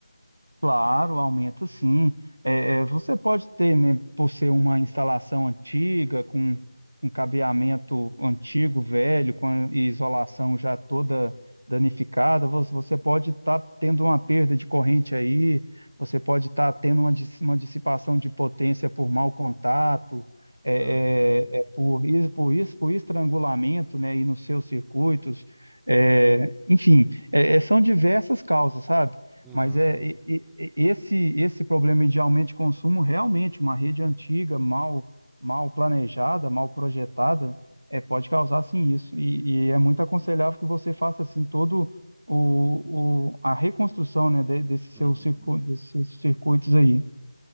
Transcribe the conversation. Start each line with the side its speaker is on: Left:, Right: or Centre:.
Right: Claro, aumenta sim. É, é, você pode ter, né, por ser uma instalação antiga, com, com cabeamento antigo, velho, com a isolação já toda danificada, vo- você pode estar tendo uma perda de corrente aí, você pode estar tendo uma, dis- uma dissipação de potência por mau contato, é,
Centre: Uhum,
Right: é, é por, is- por, is- por estrangulamento, né, aí nos seus circuitos. É, enfim, é, é, são diversas causas, sabe?
Centre: uhum,
Right: Mas é e- e- e- esse esse problema de aumento de consumo realmente uma rede antiga, mal mal planejada, mal projetada, é, pode causar sim isso. E, e é muito aconselhável que você faça assim todo o, o a reconstrução, né, de- desse
Centre: uhum.
Right: seu circu- desses seus circuitos aí.